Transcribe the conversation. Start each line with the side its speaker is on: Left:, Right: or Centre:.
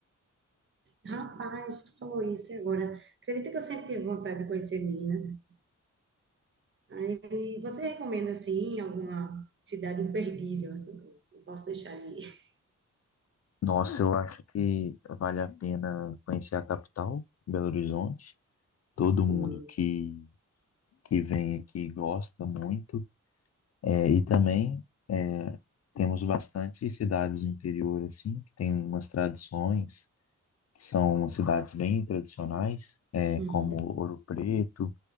Right: Rapaz, tu falou isso e agora. Acredita que eu sempre tive vontade de conhecer Minas? Aí, você recomenda, assim, alguma cidade imperdível, assim, que eu não posso deixar de ir?
Left: Nossa, eu acho que vale a pena conhecer a capital, Belo Horizonte. Todo
Right: Sim.
Left: mundo que, que vem aqui gosta muito. É, e também é, temos bastante cidades do interior, assim, que tem umas tradições São cidades bem tradicionais, é,
Right: Uhum.
Left: como Ouro Preto,